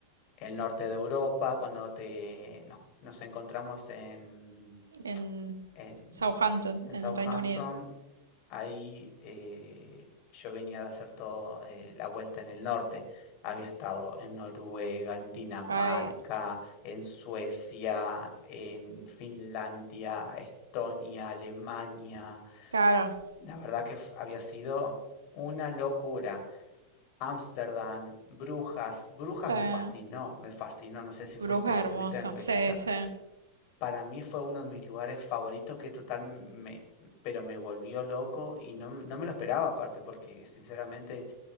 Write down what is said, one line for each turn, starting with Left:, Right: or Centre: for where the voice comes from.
Left: el norte de Europa, cuando te, nos, nos encontramos en,
Right: En
Left: en,
Right: Southampton,
Left: en
Right: en
Left: Southampton,
Right: el Reino Unido.
Left: ahí eh, yo venía de hacer toda la vuelta en el norte. Había estado en Noruega, en Dinamarca,
Right: Ay,
Left: en Suecia, en Finlandia, Estonia, Alemania.
Right: claro,
Left: La verdad que f- había sido una locura. Ámsterdam, Brujas. Brujas
Right: sí.
Left: me fascinó, me fascinó. No sé si
Right: Bruja
Left: fuiste, estuviste
Right: hermosa,
Left: en Bélgica.
Right: sí, sí,
Left: Para mí fue uno de mis lugares favoritos que total me, pero me volvió loco y no, no me lo esperaba aparte porque sinceramente